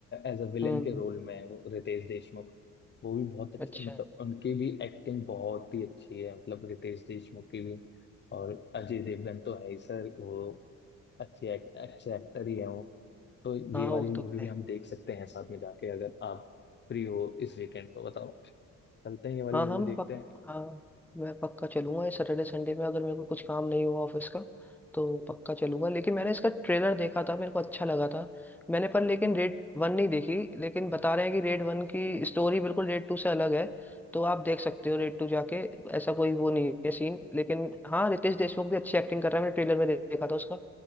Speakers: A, on the left; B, in the centre.
A: एज अ विलन
B: हम्म
A: के रोल में है वो रितेश देशमुख वो भी बहुत अच्छा
B: अच्छा
A: मतलब उनकी भी एक्टिंग बहुत ही अच्छी है मतलब रितेश देशमुख की भी और अजय देवगन तो है ही सर वो अच्छे act- अच्छे एक्टर ही है वो तो
B: हाँ
A: ये वाली
B: वो
A: मूवी
B: तो
A: भी
B: है
A: हम देख सकते हैं साथ में जाके अगर आप फ्री हो इस वीकेंड तो बताओ चलते हैं ये वाली
B: हाँ
A: मूवी
B: हाँ मैं
A: देखते
B: पक
A: हैं
B: हाँ मैं पक्का चलूंगा इस सैटरडे संडे में अगर मेरे को कुछ काम नहीं हुआ ऑफिस का तो पक्का चलूंगा लेकिन मैंने इसका ट्रेलर देखा था मेरे को अच्छा लगा था मैंने पर लेकिन रेड वन नहीं देखी लेकिन बता रहे हैं कि रेड वन की स्टोरी बिल्कुल रेड टू से अलग है तो आप देख सकते हो रेड टू जाके ऐसा कोई वो नहीं है सीन लेकिन हाँ रितेश देशमुख भी अच्छी एक्टिंग कर रहा है मैंने ट्रेलर में दे- देखा था उसका